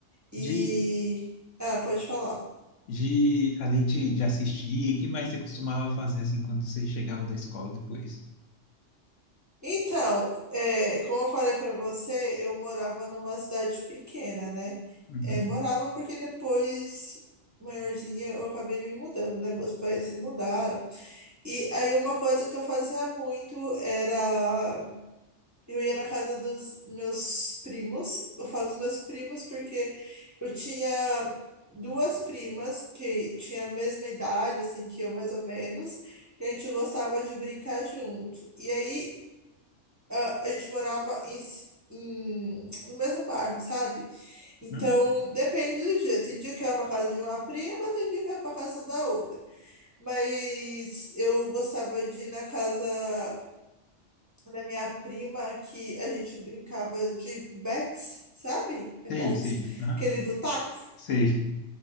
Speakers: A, on the right (about 15°); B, on the left (about 85°).
A: E.
B: De,
A: Ah, pode falar.
B: de, além de, de assistir, o que mais você costumava fazer, assim, quando você chegava da escola depois?
A: Então, é, como eu falei para você, eu morava numa cidade pequena, né?
B: Uhum.
A: É, morava porque depois, maiorzinha, eu acabei me mudando, né? Meus pais se mudaram. E aí, uma coisa que eu fazia muito era Eu ia na casa dos meus primos. Eu falo dos meus primos porque eu tinha duas primas que tinham a mesma idade, assim, que eu mais ou menos, que a gente gostava de brincar junto. E aí a, a gente morava em, ci- em- no mesmo bairro, sabe? Então
B: Uhum.
A: depende do dia. Tem dia que eu ia pra casa de uma prima, tem dia que eu ia pra casa da outra. Mas eu gostava de ir na casa da minha prima que a gente brincava de bets, sabe? É
B: Sei,
A: bets?
B: sei. Aham.
A: Aquele do taco.
B: Sei.